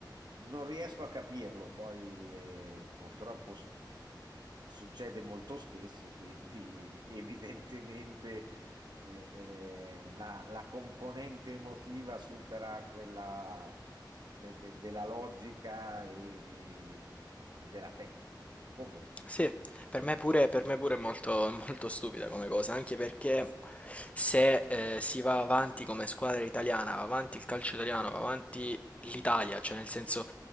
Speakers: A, on the right; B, on the left.
A: Non riesco a capirlo, poi eh, purtroppo s- mh, succede molto spesso, quindi <laughs> evidentemente eh, eh, la, la componente emotiva supera quella de- de- della logica e, e- e della tecnica. Comunque,
B: Sì, per me pure, per me pure è molto, <laughs> molto stupida come cosa, anche perché se eh, si va avanti come squadra italiana, va avanti il calcio italiano, va avanti l'Italia, cioè nel senso